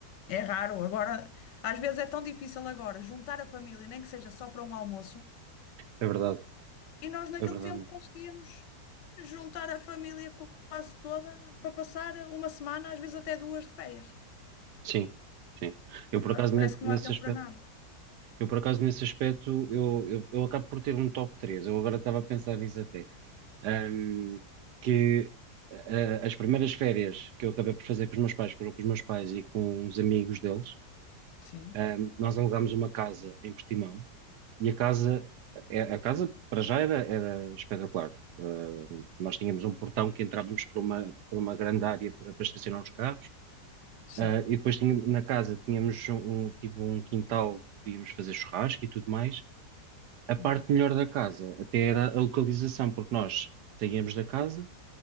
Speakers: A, on the left; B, on the right.
A: é raro agora, às vezes é tão difícil agora juntar a família, nem que seja só para um almoço,
B: é verdade.
A: e nós naquele
B: É verdade
A: tempo
B: mesmo.
A: conseguíamos juntar a família quase toda para passar uma semana, às vezes até duas de férias.
B: Sim, sim. Eu por
A: Agora
B: acaso
A: parece
B: ne-
A: que
B: nesse
A: não há tempo
B: aspecto,
A: para nada.
B: eu por acaso nesse aspecto, eu, eu, eu acabo por ter um top três Eu agora estava a pensar nisso até. Ahm, que ah, as primeiras férias que eu acabei por fazer com os meus pais, foram com os meus pais e com os amigos deles.
A: Sim,
B: Ahm, nós alugámos uma casa em Portimão E a casa, a a casa para já era, era espetacular. Uh, nós tínhamos um portão que entrávamos por uma, por uma grande área para, para estacionar os carros,
A: sim.
B: Uh, e depois tínhamos, na casa tínhamos um, tipo um quintal que podíamos fazer churrasco e tudo mais. A parte
A: Boa.
B: melhor da casa até era a localização, porque nós saíamos da casa,